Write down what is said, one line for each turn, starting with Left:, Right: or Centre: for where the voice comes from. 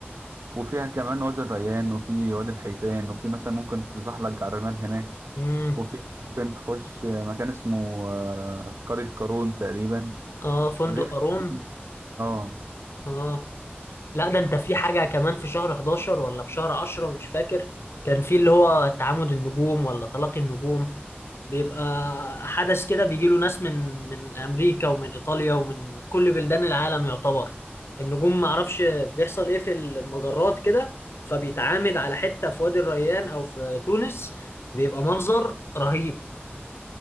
Right: وفيها كمان وادي الريان وفي وادي الحيتان وفي مثلا ممكن تزحلق على الرمال هناك
Left: امم
Right: وفي ممكن تخش مكان اسمه آه، قرية قارون تقريبا
Left: اه فندق
Right: غير
Left: قارون
Right: اه
Left: اه لا ده انت في حاجة كمان في شهر 11 ولا في شهر 10 مش فاكر كان في اللي هو تعامد النجوم ولا تلاقي النجوم بيبقى حدث كده بيجي له ناس من من امريكا ومن ايطاليا ومن كل بلدان العالم يعتبر النجوم ما اعرفش بيحصل ايه في المجرات كده فبيتعامد على حتة في وادي الريان او في تونس بيبقى منظر رهيب